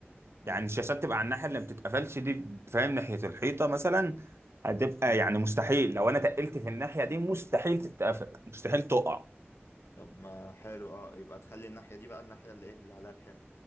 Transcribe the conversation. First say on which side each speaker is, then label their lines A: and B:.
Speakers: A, on the left (about 75°); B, on the right (about 75°).
A: امم
B: يعني الشاشات تبقى على الناحية اللي ما بتتقفلش دي فاهم ناحية الحيطة مثلا هتبقى
A: امم
B: يعني مستحيل لو انا تقلت في الناحية دي مستحيل تتقفل مستحيل تقع
A: طب ما حلو اه يبقى تخلي الناحية دي بقى الناحية اللي ايه اللي عليها الحمل